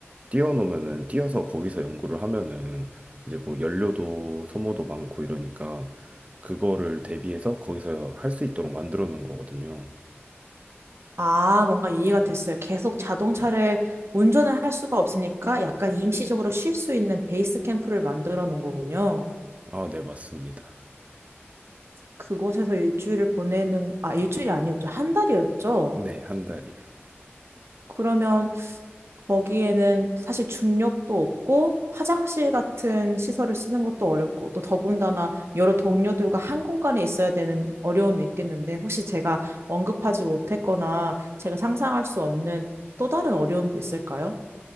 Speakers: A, on the right (about 30°); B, on the right (about 70°).
A: 띄워놓으면은 띄어서 거기서 연구를 하면은 이제 뭐 연료도 소모도 많고 이러니까 그거를 대비해서 거기서 할 수 있도록 만들어 놓은 거거든요.
B: 아, 뭔가 이해가 됐어요. 계속 자동차를
A: 음.
B: 운전을 할 수가 없으니까 약간 임시적으로 쉴 수 있는 베이스 캠프를 만들어 놓은 거군요.
A: 아, 네, 맞습니다.
B: 그곳에서 일주일을 보내는, 아, 일주일이 아니었죠. 한 달이었죠.
A: 네, 한 달이요.
B: 그러면 거기에는 사실 중력도 없고 화장실 같은 시설을 쓰는 것도 어렵고 또 더군다나 여러 동료들과 한 공간에 있어야 되는 어려움이 있겠는데 혹시 제가 언급하지 못했거나 제가 상상할 수 없는 또 다른 어려움도 있을까요?